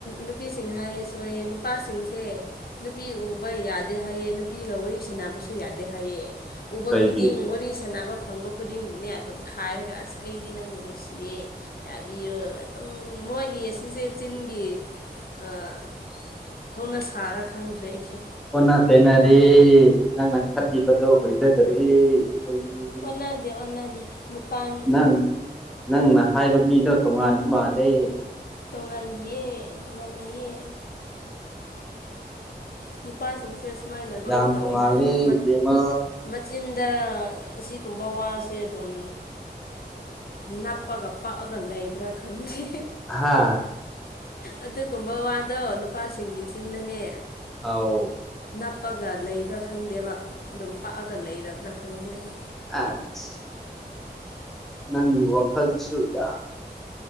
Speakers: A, on the left (about 60°); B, in the centre.
A: ꯅꯨꯄꯤꯁꯤꯡ ꯍꯥꯏꯌꯦ ꯁꯣꯏꯌꯦ ꯅꯨꯄꯥꯁꯤꯡꯁꯦ ꯅꯨꯄꯤ ꯎꯕ ꯌꯥꯗꯦ ꯍꯥꯏꯑ ꯅꯨꯄꯤꯒ ꯋꯥꯔꯤ ꯁꯅꯕꯁꯨ ꯌꯥꯗꯦ ꯍꯥꯏꯑ ꯎꯕ
B: ꯀꯩꯒꯤ
A: ꯈꯨꯗꯤꯡ ꯋꯥꯔꯤ ꯁꯥꯟꯅꯕ ꯐꯪꯕ ꯈꯨꯗꯤꯡꯕꯨꯅꯦ ꯑꯗꯨꯝ ꯈꯥꯏꯔꯒ ꯑꯁ ꯑꯩꯗꯤ ꯅꯪꯕꯨ ꯅꯨꯡꯁꯤꯌꯦ ꯌꯥꯕꯤꯔꯣ ꯑꯗꯨꯝ ꯃꯣꯏꯒꯤ ꯑꯁ ꯁꯤꯁꯦ ꯆꯤꯟꯒꯤ ꯑꯥ ꯍꯧꯅ ꯁꯥꯔ ꯈꯪꯗ꯭ꯔꯦ ꯑꯩ ꯁꯨ
B: ꯑꯣꯟꯅ ꯇꯩꯅꯔꯦ ꯅꯪꯅ ꯈꯟꯂꯤꯕꯗꯨ ꯑꯣꯏꯖꯗꯔꯦ ꯑꯩꯈꯣꯏꯗꯤ
A: ꯑꯣꯗꯦ ꯑꯣꯟꯗꯦ ꯅꯨꯄꯥꯥꯟ
B: ꯅꯪ ꯅꯪꯅ ꯍꯥꯏꯕ ꯃꯤꯗꯣ ꯇꯣꯉꯥꯟꯕ ꯃꯥꯜꯂꯦ
A: ꯇꯣꯡꯉꯥꯟꯗꯤꯌꯦ ꯃꯟꯅꯩꯌꯦ ꯅꯨꯄꯥꯁꯤꯡꯁꯦ ꯁꯨꯃꯥꯏꯅ ꯂꯣꯏ
B: ꯌꯥꯝ
A: ꯇꯧꯋꯦ
B: ꯇꯣꯡꯉꯥꯜꯂꯦ
A: ꯍꯥꯏꯌꯦ
B: ꯏꯕꯦꯝꯃ
A: ꯃꯆꯤꯟ ꯗ ꯑꯁꯤꯒꯨꯝꯕ ꯋꯥꯁꯦ ꯑꯗꯨꯝ ꯅꯞꯄꯒ ꯄꯛꯑꯒ ꯂꯩꯕ꯭ꯔꯥ ꯈꯪꯗꯦ
B: ꯍꯥꯥ
A: ꯑꯗꯨꯒꯨꯝꯕ ꯋꯥꯗꯣ ꯅꯨꯄꯥꯁꯤꯡꯒꯤ ꯆꯤꯟꯗꯅꯦ
B: ꯑꯧ
A: ꯄꯛꯑꯒ ꯂꯩꯕ꯭ꯔꯥ ꯈꯪꯗꯦꯕ ꯑꯗꯨꯝ ꯄꯥꯛꯑꯒ ꯂꯩꯔꯕ꯭ꯔꯥ ꯈꯪꯗꯦꯕ
B: ꯑꯥꯁ ꯅꯪꯒꯤ ꯋꯥꯈꯜꯗꯨꯁꯨ ꯌꯥꯝ